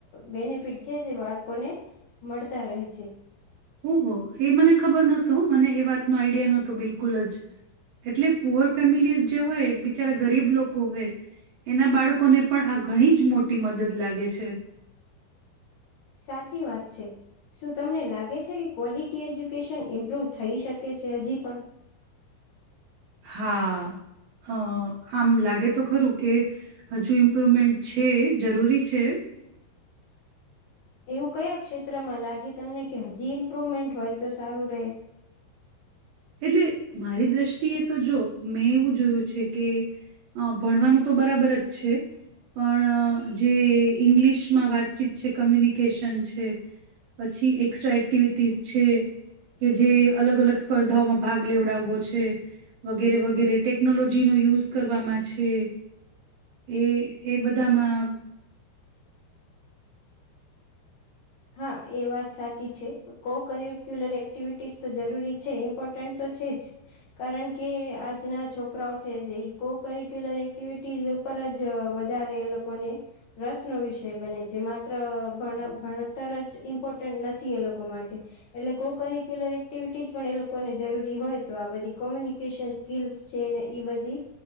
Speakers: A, on the left; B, on the right.
A: બેનિફિટ છે. જે બાળકોને મળતા રહે છે.
B: ઓહ એ મને ખબર નહોતો મને એ વાતનો આઈડિયા નહોતો બિલકુલ જ એટલે પુઅર ફેમિલીઝ જે હોય. બિચારા ગરીબ લોકો હોય એના બાળકોને પણ આ ઘણી જ મોટી મદદ લાગે છે.
A: સાચી વાત છે. શું તમને લાગે છે. કે ક્વોલિટી એજ્યુકેશન ઇમ્પ્રુવ થઈ શકે છે હજી પણ.
B: હા આમ લાગે તો ખરું કે હજુ ઇમ્પ્રુવમેન્ટ છે જરૂરી છે.
A: એવું કયા ક્ષેત્રમાં લાગે તમને કે હજી ઇમ્પ્રુવમેન્ટ હોય તો સારું રહે.
B: એટલે મારી દ્રષ્ટિએ તો જો મેં એવું જોયું છે. કે ભણવાનું તો બરાબર જ છે પણ જે ઇંગ્લિશમાં વાતચીત છે. કમ્યુનિકેશન છે પછી એક્સ્ટ્રા એક્ટિવિટીઝ છે. કે જે અલગ અલગ સ્પર્ધાઓમાં ભાગ લેવડાવવો છે. વગેરે વગેરે ટેકનોલોજીનો યુઝ કરવામાં છે. એ એ બધામાં
A: હા એ વાત સાચી છે કો કરિક્યુલર એક્ટિવિટીસ તો જરૂરી છે ઈમ્પોર્ટન્ટ તો છે. જ કારણ કે આજના છોકરાઓ છે. જે કોકિક્યુલર એક્ટિવિટીઝ ઉપર જ વધારે એ લોકોને રસનોો વિષય બને છે. માત્ર ભણ ભણ તર જ ઇમ્પોર્ટન્ટ નથી એ લોકો માટે એટલે ગો કરિક્યુલર એક્ટિવિટીઝ પણ એ લોકોને જરૂરી હોય. તો આ બધી કોમ્યુનિકેશન સ્કીલ્સ છે. ને એ બધી